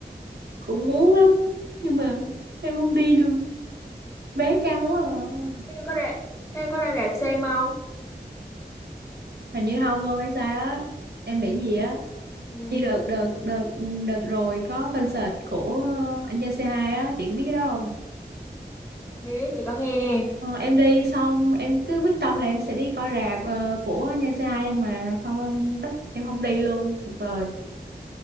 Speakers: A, on the right; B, on the left.
A: cũng muốn lắm nhưng mà em không đi được vé cao quá à.
B: Thế em có ra, thế em có ra rạp xem không?
A: hình như không luôn hay sao á em bị gì á
B: Ừ,
A: như đợt đợt đợt đợt rồi có concert của ờ, anh Gia c hai á chị có biết cái đó không
B: biết, chị có nghe.
A: Ờ, em đi xong em cứ quyết tâm là em sẽ đi coi rạp ờ, của Nha Sai em mà xong em tất em không đi luôn tuyệt vời